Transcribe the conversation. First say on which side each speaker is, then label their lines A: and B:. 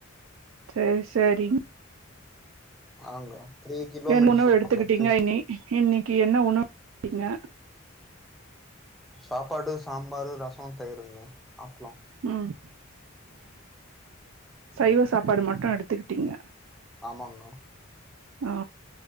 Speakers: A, on the right; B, in the centre.
A: சேரி சேரிங்
B: ஆங்க த்ரீ கிலோமீட்டர்ஸ்
A: என் உணவு
B: இருக்குங்க
A: எடுத்துக்கிட்டீங்க
B: த்ரீ
A: இனி இன்னைக்கி என்ன உணவு எடுத்திங்க
B: சாப்பாடு சாம்பாரு ரசோ தயிருங்க அப்ளோ
A: ம் சைவ
B: ம்
A: சாப்பாடு மட்டு எடுத்துக்கிட்டிங்க
B: ஆமாங்க மேம்
A: ஆ